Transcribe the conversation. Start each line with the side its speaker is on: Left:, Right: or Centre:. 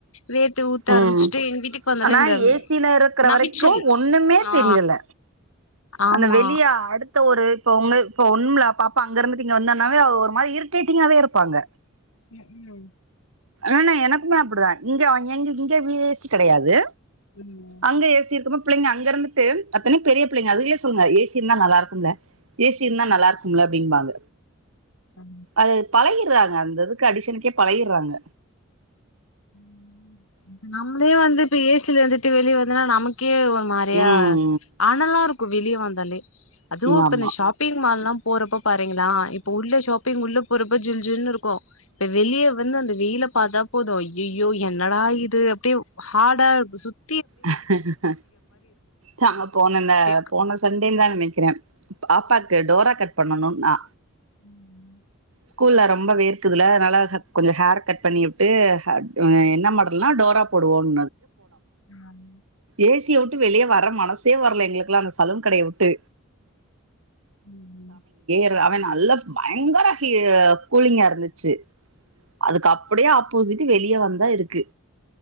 Left: வேர்த்து ஊத்த
Right: உஹம்
Left: ஆரம்பிச்சுட்டு எங்க வீட்டுக்கு வந்தாலே
Right: ஆனா
Left: அந்த
Right: ஏசில இருக்கிற
Left: நமிச்சல்
Right: வரைக்கும் ஒண்ணுமே
Left: ஆ
Right: தெரியல
Left: ஆமா
Right: அந்த வெளியா அடுத்த ஒரு இப்ப உங்க இப்ப ஒண்ணும் இல்ல பாப்பா அங்க இருந்துட்டு இங்க வந்தானாவே ஒரு மாதிரி இரிட்டேட்டிங்காவே இருப்பாங்க
Left: உம் உம்
Right: ஆனா எனக்குமே அப்படிதான் இங்க எங்க இங்க ஏசி கெடையாது
Left: ம்
Right: அங்க ஏசி இருக்கும் போ பிள்ளைங்க அங்க இருந்துட்டு அத்தன பெரிய பிள்ளைங்க அதுங்கலே சொல்லுங்க ஏசிய இருந்தா நல்லா இருக்கும்ல ஏசி இருந்தா நல்லா இருக்கும்ல அப்படின்பாங்க
Left: ம்
Right: அது பழகி இருக்காது அந்ததுக்கு அடிசனுக்கே பழகிடுறாங்க
Left: ம் நம்மளே வந்து இப்ப ஏசில வந்துட்டு வெளிய வந்ததுனா நமக்கு க்கே ஒரு மாறியா
Right: ம்
Left: அனல்லா இருக்கும் வெளிய வந்தாலே அதுவும்
Right: ம்
Left: இப்ப
Right: ஆமா
Left: இந்த ஷாப்பிங் மால் எல்லாம் போறப்ப பாத்திங்களா இப்ப உள்ள ஷாப்பிங் உள்ள போறப்ப ஜில் ஜின்னு இருக்கும் இப்ப வெளியே வந்து அந்த வெயில பார்த்தா போதும் அய்யயோ என்னடா இது அப்படியே ஹார்டா இருக்கு சுத்த
Right: ஹஹ நாங்க போன இந்த
Left: அப்டி இருக்கு
Right: போன சண்டேன்ன தான் நினைக்கிறேன் பாப்பாக்கு டோரா கட் பண்ணணும்ண்ணா
Left: உம்
Right: ஸ்கூல்ல ரொம்ப வேர்க்குதுல அதனால கொஞ்சம் ஹேர் கட் பண்ணி விட்டு என்ன மாடலனா டோரா போடுவோம்
Left: உஹம்
Right: ஏசியை விட்டு வெளியே வரற மனசே வரலை எங்களுக்குல்லாம் அந்த சலுனை விட்டு
Left: ம்
Right: ஆ அவ நல்ல பயங்கர ஹீ கூலிங்கா இருந்துச்சு அதுக்கு அப்படியே ஆப்போசிட் ட்டு வெளிய வந்தா இருக்கு